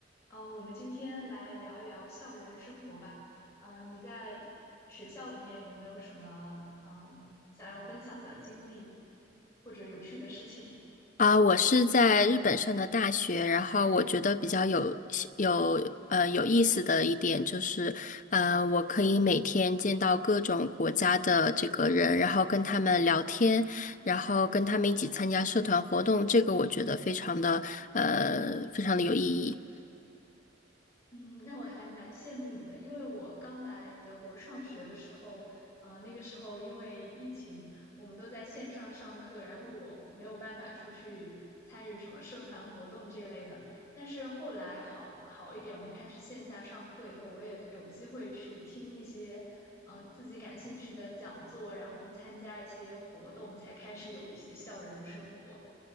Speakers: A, on the left; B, on the left.
A: 呃，我们今天来聊一聊校园生活吧。呃，你在学校里面有没有什么嗯、呃想要分享的经历或者有趣的事情？
B: 啊，我是在日本上的大学，然后我觉得比较有有呃有意思的一点就是，呃，我可以每天见到各种国家的这个人，然后跟他们聊天，然后跟他们一起参加社团活动，这个我觉得非常的呃非常的有意义。
A: 嗯，那我还蛮羡慕你的，因为我刚来德国上学的时候，呃，那个时候因为疫情，我们都在线上上课，然后我没有办法出去参与什么社团活动这类的。但是后来好好一点，我们开始线下上课以后，我也有机会去听一些，呃，自己感兴趣的讲座，然后参加一些活动，才开始有一些校园生活。